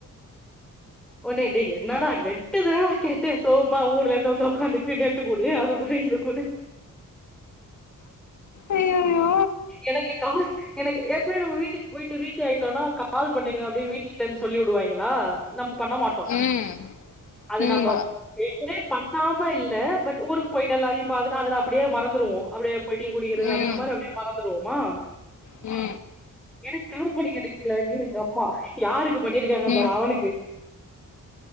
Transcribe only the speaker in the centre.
ஒன்னே டே என்னடா நெட்டு தான டா கேட்ட சோம்மா ஊர்ல இருந்து வந்து ஒக்காந்துக் கிட்டு நெட்டு குடு அது ஒரே இத குடு
எனக்கு காஸ் எனக்கு எப்பயு நம்ம வீட்டுக்கு வீட்டுக்கு ரீச் ஆயிட்டோனா கால் பண்ணுங்க அப்டின் வீட்ல இருந்து சொல்லி வுடுவாய்ங்களா நம்ப் பண்ண மாட்டோ
அது
நம்ப
பேய்கினே பண்ணாம இல்ல பட் ஊருக் போய்ட்டு எல்லாரையு பாத்துட்டு அதுல அப்டியே மறந்துருவோ அப்டியே போய் டீ குடிக்கிறது
அந்த மாரி அப்டியே மறந்துருவோமா
எனக்கு கால் பண்ணி எடுக்கலன்னு எங்க அம்மா யாருக்கு பண்ணிருக்காங்க
பாரு அவனுக்கு